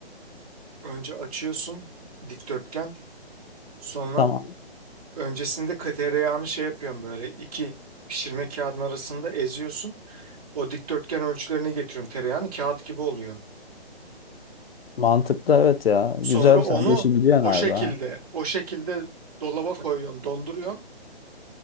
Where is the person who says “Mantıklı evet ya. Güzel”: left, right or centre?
Left